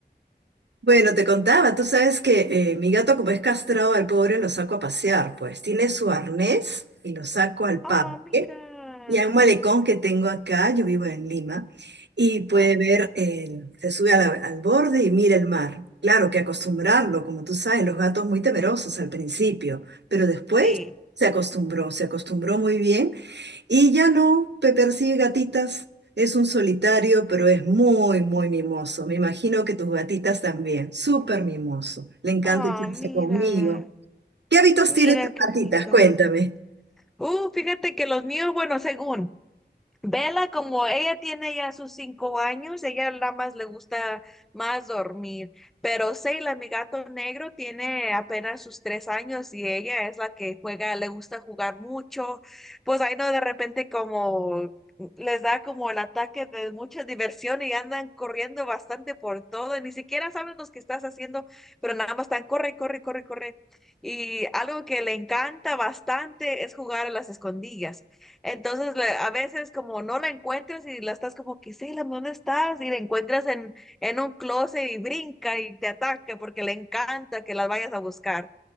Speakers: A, on the right (about 85°); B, in the centre.
A: Bueno, te contaba, tú sabes que eh, mi gato como es castrado al pobre lo saco a pasear, pues tiene su arnés y lo saco al parque.
B: Oh, mira.
A: Y hay un malecón que tengo acá, yo vivo en Lima, y puede
B: Ah,
A: ver, el- se sube a la- al borde y mira el mar. Claro que acostumbrarlo, como tú sabes, los gatos muy temerosos al principio, pero después
B: sí.
A: se acostumbró, se acostumbró muy bien y ya no pe- persigue gatitas. Es un solitario, pero es muy, muy mimoso. Me imagino que tus gatitas también, súper mimoso. Le encanta
B: Oh,
A: echarse
B: mira.
A: conmigo. ¿Qué hábitos
B: Mira
A: tiene tus
B: qué bonito.
A: gatitas? Cuéntame.
B: Uh, fíjate que los míos, bueno, según, Vela, como ella tiene ya sus cinco años, ella nada más le gusta más dormir. Pero Seila, mi gato negro, tiene apenas sus tres años y ella es la que juega, le gusta jugar mucho. Pues ahí no, de repente como les da como el ataque de mucha diversión y andan corriendo bastante por todo. Ni siquiera saben los que estás haciendo, pero nada más están corre, corre, corre, corre. Y algo que le encanta bastante es jugar a las escondillas. Entonces, le- a veces como no la encuentras y la estás como que, sí, ¿dónde estás? Y la encuentras en, en un closet y brinca y te ataca porque le encanta que las vayas a buscar.